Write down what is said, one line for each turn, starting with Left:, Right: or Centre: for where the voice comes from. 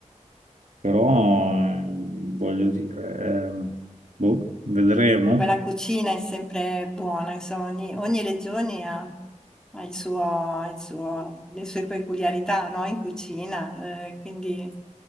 Right: però eh, voglio dire, ehm, boh, vedremo.
Centre: Comunque la cucina è sempre buona, insomma, ogni, ogni regione ha, ha il suo, ha il suo- le sue peculiarità, no, In cucina, eh, quindi